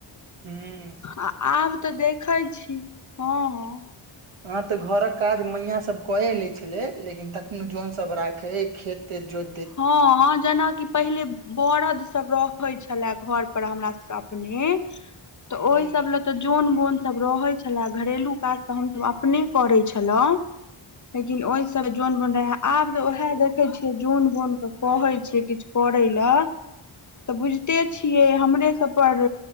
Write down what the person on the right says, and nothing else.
हूं
<inaudible> ह, तऽ घर कऽ काज मैया सभ करए लै छलै, लेकिन तखनो जन सभ राखै खेत तेत ज।
ह